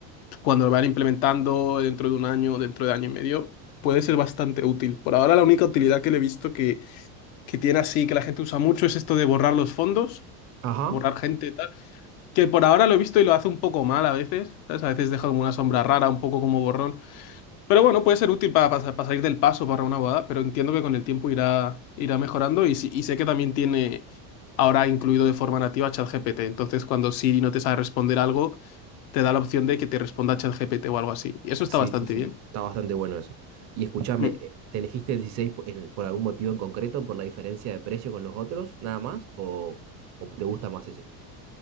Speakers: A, on the left (about 70°); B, on the right (about 35°).
A: cuando lo van implementando dentro de un año, dentro de año y medio, puede ser bastante útil. Por ahora la única utilidad que le he visto que, que tiene así, que la gente usa mucho, es esto de borrar los fondos,
B: ajá
A: borrar gente y tal, que por ahora lo he visto y lo hace un poco mal a veces, ¿sabes? A veces deja como una sombra rara, un poco como borrón. Pero bueno, puede ser útil para, pasar- para salir del paso para una boda, pero entiendo que con el tiempo irá, irá mejorando y, sí- y sé que también tiene... Ahora incluido de forma nativa ChatGPT. Entonces, cuando Siri no te sabe responder algo, te da la opción de que te responda ChatGPT o algo así. Y eso
B: Sí,
A: está bastante
B: sí, sí.
A: bien.
B: Está bastante bueno eso. Y escúchame,
A: Mm.
B: eh, ¿te elegiste el 16 po- en- por algún motivo en concreto, por la diferencia de precio con los otros, nada más? ¿O, o te gusta más ese?